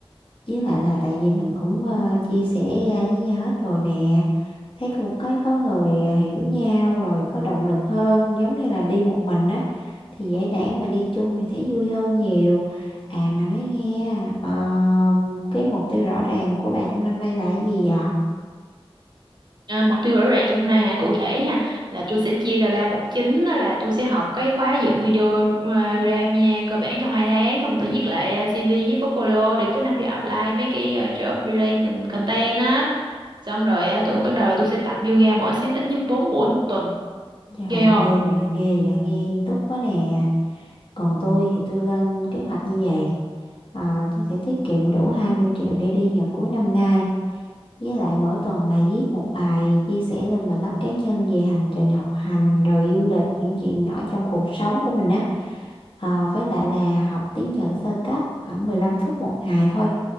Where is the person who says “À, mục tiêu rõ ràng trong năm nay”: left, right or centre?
Right